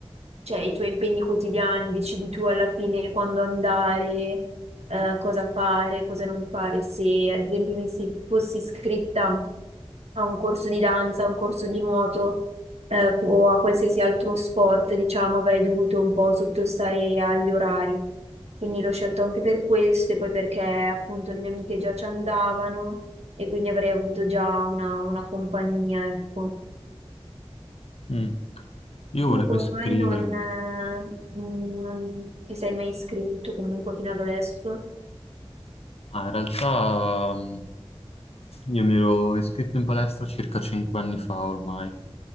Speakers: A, on the right; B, on the left.
A: cioè, i tuoi impegni quotidiani, decidi tu alla fine quando andare, eh, cosa fare, cosa non fare. Se ad esempio mi si- fossi iscritta a un corso di danza, a un corso di nuoto eh, o a qualsiasi altro sport, diciamo, avrei dovuto un po' sottostare agli orari. Quindi l'ho scelto anche per questo e poi perché appunto le mie amiche già ci andavano e quindi avrei avuto già una, una compagnia, ecco.
B: Mm. Io
A: Tu
B: volevo
A: come
B: iscrivermi,
A: mai non, eh, non ti sei mai iscritto comunque fino ad adesso?
B: ma in realtà mm, io mi ero iscritto in palestra circa 5 anni fa ormai.